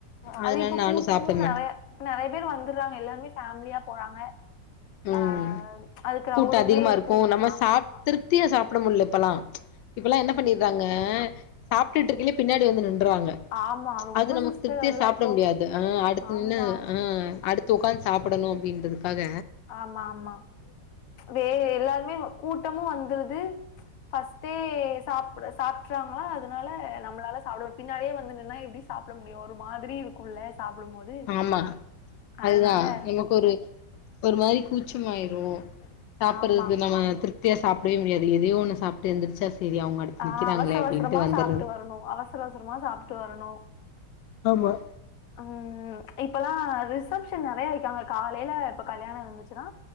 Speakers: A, on the left (about 85°); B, on the left (about 60°).
A: அதனால
B: அது இப்ப
A: நானு
B: கூட்டமு
A: சாப்ட மாட்டே
B: நெறைய நெறைய பேர் வந்துறாங்க எல்லாருமே ஃபேமிளியா போறாங்க
A: ம்
B: ஆ கிரௌடுமே
A: கூட்டோ அதிகமா இருக்கு நம்ம
B: ஆமா
A: சாப்
B: ஆமா
A: திருப்தியா சாப்பிட முடியல இப்பல்லா இப்பல்லா என்ன பண்ணிறாங்க சாப்பிட்டுட்டு இருக்கையிலே பின்னாடி வந்து நின் றுவாங்க
B: ஆமா ரொம்ப
A: அது நமக்கு
B: சிஸ்டர்
A: திருப்தியா
B: அதெல்லா
A: சாப்பிட
B: இப்போ
A: முடியாது ஆ அடுத்து
B: ஆமா
A: நின்னு ஆ அடுத்து உக்காந்து சாப்பிடணு அப்படின்றதுக்காக
B: ஆமா ஆமா வே எல்லாருமே கூட்டமு வந்துருது ஃபஸ்ட்டே சாப்ட சாப்பறாங்களா அதனால நம்மளால சாப்பிடவே பின்னாலேயே வந்து நின்னா எப்பிடி சாப்பிட முடியு ஒரு மாதிரி இருக்குல்ல சாப்டும் போது
A: ஆமா அதுதா
B: அதனால
A: நமக்கு ஒரு ஒரு மாரி கூச்சமாயிரு சாப்பிடுறது
B: ஆமா
A: நம்ம திருப்தி ரித்தியா சாப்பிடவே முடியாது எதையோ ஒன்னு சாபிட்டு எந்திரிச்சா செரி அவங்க அடுத்து
B: ஆ
A: நிக்கிறாங்களே
B: அவசர
A: அப்டின்ட்டு
B: அவசரமா
A: வந்துர்றது
B: சாப்பிட்டு வரணு அவசர அவசரமா சாப்பிட்டு வரணு
A: ஆமா
B: ஆ இப்பல்லா ரிசப்ஷன் நெறைய வெக்குறாங்க காலையில இப்ப கல்யாணோ இருந்துச்சுன்னா